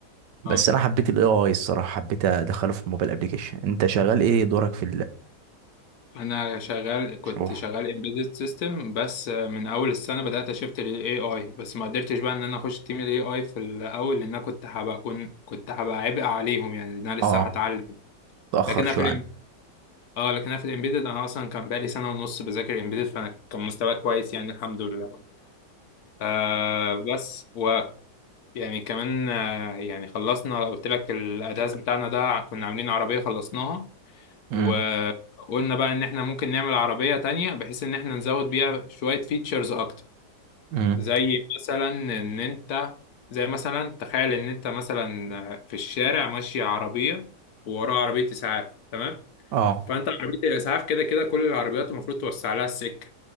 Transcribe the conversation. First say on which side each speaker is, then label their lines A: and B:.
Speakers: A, on the right; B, on the left.
A: بس
B: اه
A: انا حبيت الاي اي الصراحه حبيت ادخله في الموبايل ابلكيشن انت شغال ايه دورك في
B: انا شغال كنت
A: الشروح
B: شغال امبيدد سيستم بس من اول السنه بدات اشفت للاي اي بس ما قدرتش بقى ان انا اخش تيم الاي اي في الاول لان انا كنت هبقى كنت هبقى عبء عليهم يعني لان انا
A: اه
B: لسه هتعلم
A: تاخر
B: لكن
A: شويه
B: انا في
A: عن
B: اه لكن انا في الامبيدد انا اصلا كان بقالي سنه ونص بذاكر امبيدد فانا كان مستواي كويس يعني الحمد لله آه بس ويعني كمان آه يعني خلصنا قلت لك الاداز بتاعنا ده كنا عاملين عربيه خلصناها
A: امم
B: وقلنا بقى ان احنا ممكن نعمل عربيه تانية بحيث ان احنا نزود بيها شويه فيتشرز اكتر
A: امم
B: زي مثلا ان انت زي مثلا تخيل ان انت مثلا في الشارع ماشي عربيه ووراها عربيه اسعاف تمام
A: اه
B: فانت عربيه الاسعاف كده كده كل العربيات المفروض توسع لها السكه